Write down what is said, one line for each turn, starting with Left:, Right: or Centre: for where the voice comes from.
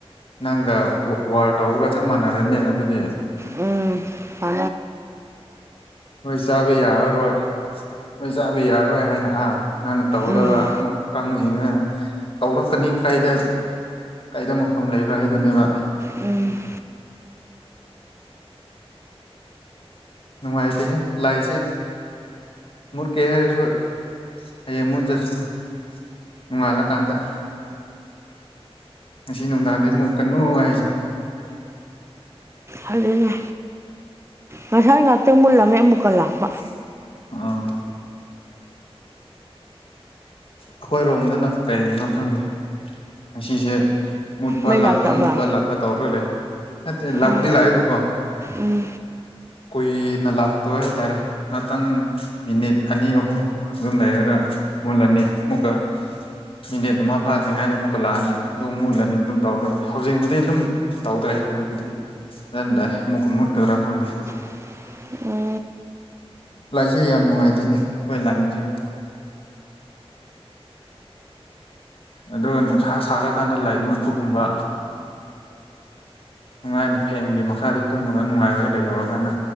Left: ꯅꯪꯒ ꯋꯥꯔ ꯇꯧꯕꯒ ꯆꯞ ꯃꯥꯟꯅꯔꯅꯤ ꯑꯗꯨꯗꯤ
Right: ꯎꯝ ꯐ
Left: ꯍꯣꯏ ꯆꯥꯕ ꯌꯥꯔꯔꯣꯏ ꯅꯣꯏ ꯆꯥꯕ ꯌꯥꯔꯔꯣꯏ ꯍꯥꯏꯅ ꯍꯥ ꯅꯪꯅ ꯇꯧꯒꯗꯕ
Right: ꯎꯝ
Left: ꯀꯥꯡꯁꯤꯡꯁꯤꯅ ꯇꯧꯔꯛꯀꯅꯤ ꯀꯥꯏꯗ ꯀꯥꯏꯗ ꯃꯐꯝ ꯂꯩꯕ꯭ꯔꯥ ꯍꯥꯏꯗꯨꯣꯏꯅꯦꯕ
Right: ꯎꯝ
Left: ꯅꯨꯡꯉꯥꯏꯇꯦꯍꯦ ꯂꯥꯏꯁꯦ ꯃꯨꯠꯀꯦ ꯍꯥꯏꯔꯁꯨ ꯍꯌꯦꯡ ꯃꯨꯠꯇ ꯆꯁꯨ ꯅꯣꯡꯉꯥꯜꯂꯀꯥꯟꯗ ꯉꯁꯤ ꯅꯨꯡꯗꯥꯡꯗꯤꯨꯛ ꯀꯟꯅꯣ ꯍꯥꯏꯁꯦ
Right: ꯑꯗꯨꯅ ꯉꯁꯥꯏ ꯉꯍꯥꯛꯇꯪ ꯃꯨꯜꯂꯝꯃꯦ ꯑꯃꯨꯛꯀꯜꯂꯥꯑꯣ
Left: <unintelligible> ꯑꯩꯈꯣꯏꯔꯣꯝꯗꯅ ꯀꯔꯤꯅꯣ ꯈꯪꯗꯦ ꯉꯁꯤꯁꯦ ꯃꯨꯠꯄ
Right: ꯃꯩ
Left: ꯂꯥꯛꯄ
Right: ꯂꯥꯛꯇꯕ꯭ꯔꯥ
Left: ꯃꯨꯠꯄ ꯂꯥꯛꯄ ꯇꯧꯔꯒ ꯂꯩ ꯅꯠꯇꯦ ꯂꯥꯛꯄꯨꯗꯤ
Right: ꯎꯝ
Left: ꯂꯥꯛꯑꯏꯕꯀꯣ
Right: ꯎꯝ
Left: ꯀꯨꯏꯅ ꯂꯥꯛꯇꯣꯏ ꯍꯥꯏꯇꯥꯔꯦ ꯉꯍꯥꯛꯇꯪ ꯃꯤꯅꯤꯠ ꯑꯅꯤ ꯑꯍꯨꯝ ꯑꯗꯨꯝ ꯂꯩꯔꯒ ꯃꯨꯜꯂꯅꯤ ꯑꯃꯨꯛꯀ ꯃꯤꯅꯦꯠ ꯑꯃ ꯐꯥꯗ꯭ꯔꯤꯉꯩꯗ ꯑꯃꯨꯛꯀ ꯂꯥꯛꯑꯅꯤ ꯑꯗꯨꯝ ꯃꯨꯠꯂꯅꯤ ꯑꯗꯨꯝ ꯇꯧꯔꯒ ꯂꯩ ꯍꯧꯖꯤꯛꯄꯨꯗꯤ ꯑꯗꯨꯝ ꯇꯧꯗ꯭ꯔꯦ ꯍꯧꯖꯤꯛꯄꯗꯤ ꯑꯗꯨꯟꯗꯥꯏ ꯑꯃꯨꯛꯀ ꯃꯨꯠꯀꯗ꯭ꯔꯥ ꯈꯪꯗꯦ
Right: <unintelligible>
Left: ꯂꯥꯏꯛꯁꯦ ꯌꯥꯝ ꯅꯨꯡꯉꯥꯏꯇꯦꯅꯦ ꯑꯩꯈꯣꯏ ꯂꯥꯏꯟꯁꯦ ꯑꯗꯨꯒ ꯅꯨꯡꯁꯥ ꯁꯥꯔꯀꯥꯟꯗ ꯂꯥꯏ ꯃꯨꯠꯄꯒꯨꯝꯕ ꯅꯨꯡꯉꯥꯏꯅ ꯐꯦꯟꯒꯤ ꯃꯈꯥꯗ ꯇꯨꯝꯃꯒ ꯅꯨꯡꯉꯥꯏꯔꯒ ꯂꯩꯍꯧꯔꯀꯥꯟꯗ